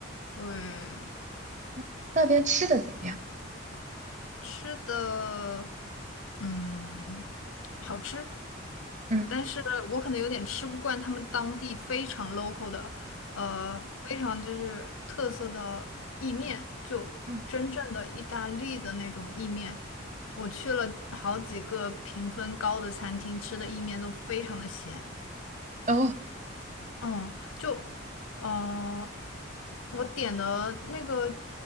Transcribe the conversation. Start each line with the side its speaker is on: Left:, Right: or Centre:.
Left: 对。
Right: 哎，那边吃的怎么样？
Left: 吃的，嗯，好吃。
Right: 嗯
Left: 我但是我可能有点吃不惯他们当地非常 local 的，呃，非常就是特色的意面，就真正的意大利的那种意面。
Right: 嗯，
Left: 我去了好几个评分高的餐厅，吃的意面都非常的咸。
Right: 哦，
Left: 嗯，就呃，我点的那个，